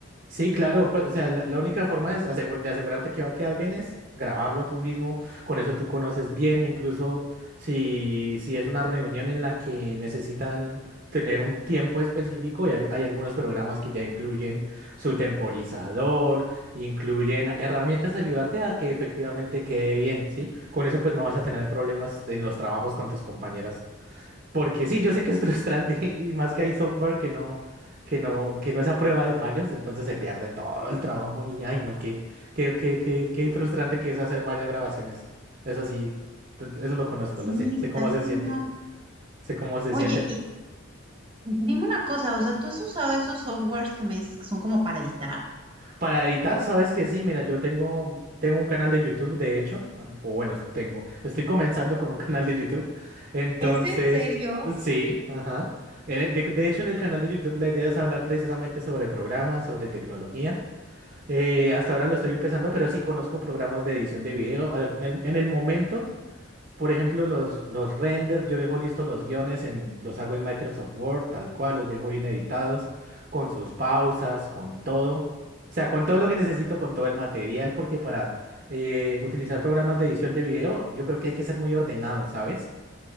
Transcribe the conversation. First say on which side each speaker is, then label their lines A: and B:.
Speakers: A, on the right; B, on the right.
A: Sí, claro, pues, o sea, la, la única forma es asegu- de asegurarte que va a quedar bien es grabarlo tú mismo, con eso tú conoces bien, incluso si, si es una reunión en la que necesitan tener un tiempo específico, y hay, hay algunos programas que ya incluyen su temporizador, incluyen herramientas a ayudarte a que efectivamente quede bien, ¿sí? Con eso pues no vas a tener problemas en los trabajos con tus compañeras. Porque sí, yo sé que es frustrante <laughs> y más que hay software que no, que no, que no es a prueba de fallos, entonces se pierde todo el trabajo y ay, no, qué, qué, qué, qué, qué frustrante que es hacer varias grabaciones. Eso sí, t- eso lo conozco,
B: Sí,
A: lo sé, sé
B: está
A: cómo se
B: cañón.
A: siente, sé cómo se
B: Oye,
A: siente.
B: y dime una cosa, o sea, ¿tú has usado esos softwares que me dices que son como para editar?
A: Para editar, sabes que sí, mira, yo tengo, tengo un canal de YouTube, de hecho, o bueno, tengo, estoy comenzando con un <laughs> canal de YouTube, entonces,
B: ¿Es en serio?
A: sí, ajá. En e- De, de hecho, en el canal de YouTube la idea es hablar precisamente sobre programas, sobre tecnología. Eh, hasta ahora lo estoy empezando, pero sí conozco programas de edición de video. Al- En el, en el momento por ejemplo, los, los renders, yo dejo listos los guiones, en, los hago en Microsoft Word, tal cual, los dejo bien editados, con sus pausas, con todo. O sea, con todo lo que necesito, con todo el material, porque para eh, utilizar programas de edición de video, yo creo que hay que ser muy ordenado, ¿sabes?